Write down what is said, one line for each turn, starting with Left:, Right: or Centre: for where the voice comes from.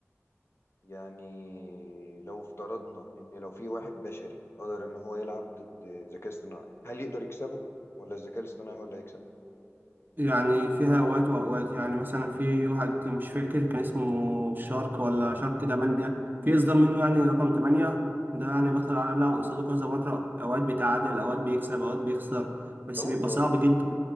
Left: يعني لو افترضنا ان لو في واحد بشري قدر ان هو يلعب ضد ذكاء اصطناعي هل يقدر يكسبه ولا الذكاء الاصطناعي هو اللي هيكسب
Right: يعني فيها اوقات واوقات يعني مثلا في واحد مش فاكر كان اسمه شارك ولا شارك 8 في اصدار منه يعني رقم 8 ده يعني بطل العالم لعب قصاده كذا مرة اوقات بيتعادل اوقات بيكسب اوقات بيخسر بس
Left: لا والله
Right: بيبقى صعب جدا